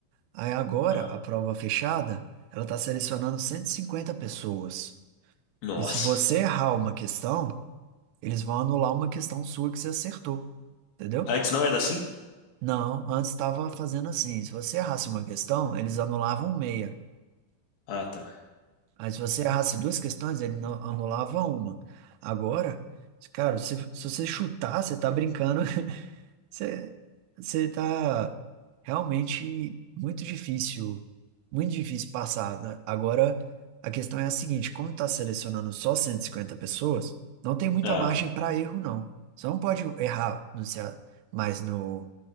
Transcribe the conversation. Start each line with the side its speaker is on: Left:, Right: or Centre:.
Right: Aí agora,
Left: Ah,
Right: a prova fechada, ela tá selecionando 150 pessoas.
Left: nossa.
Right: E se você errar uma questão, eles vão anular uma questão sua que você acertou. Entendeu?
Left: Antes não era assim?
Right: Não, antes estava fazendo assim. Se você errasse uma questão, eles anulavam meia.
Left: Ah, tá.
Right: Aí se você errasse duas questões, ele não- anulava uma. Agora, cara, se, se você chutar, você tá brincando. <laughs> Você, você tá realmente muito difícil, muito difícil passar, né? Agora, a questão é a seguinte, como tá selecionando só 150 pessoas, não tem muita
Left: Ah,
Right: margem para erro, não. Você não pode errar no, C A mais no,